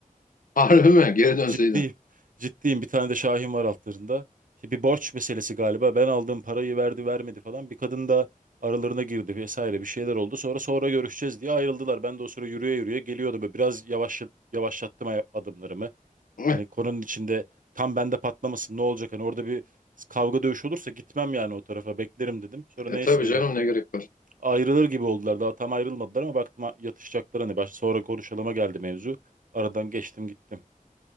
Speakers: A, on the left; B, on the right.
A: Harbi mi? Geri dönseydin.
B: Ciddiyim. Ciddiyim. Bir tane de Şahin var altlarında. İşte bir borç meselesi galiba. Ben aldığım parayı verdi vermedi falan. Bir kadın da aralarına girdi vesaire bir şeyler oldu. Sonra sonra görüşeceğiz diye ayrıldılar. Ben de o sıra yürüye yürüye geliyordu. Böyle biraz yavaş, yavaşlattım ay- adımlarımı.
A: <laughs>
B: Hani konunun içinde tam bende patlamasın ne olacak? Hani orada bir kavga dövüş olursa gitmem yani o tarafa beklerim dedim. Sonra
A: E,
B: neyse
A: tabii
B: öyle
A: canım ne gerek var.
B: ayrılır gibi oldular. Daha tam ayrılmadılar ama baktım ha- yatışacaklar hani baş, sonra konuşalıma geldi mevzu. Aradan geçtim gittim.